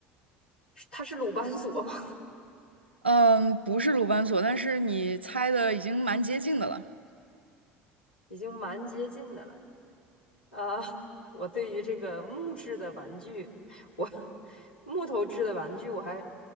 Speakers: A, on the left; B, on the right.
A: 它是鲁班锁吗？
B: 嗯，不是鲁班锁，但是你猜的已经蛮接近的了。
A: <laughs> 已经蛮接近的了。啊，<laughs> 我对于这个木质的玩具，我木头制的玩具我还